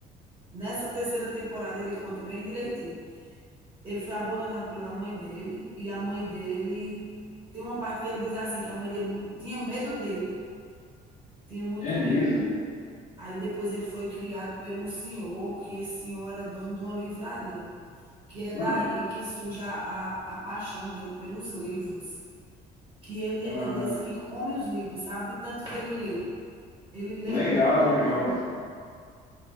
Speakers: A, on the right; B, on the left.
A: Nessa terceira temporada ele conta bem direitinho. Ele foi abandonado pela mãe dele e a mãe dele tem uma parte que ele diz assim, que a mãe dele mu tinha medo dele, tinha muito
B: É
A: medo.
B: mesmo.
A: Aí depois ele foi criado pelo um senhor, que esse senhor era dono de uma livraria. que é daí
B: Ah,
A: que surge a, a, a paixão dele pelos livros, que ele
B: ah,
A: é desse que come os livros, sabe? De tanto que ele lê. Ele lê
B: legal,
A: muito,
B: legal.
A: muito, muito.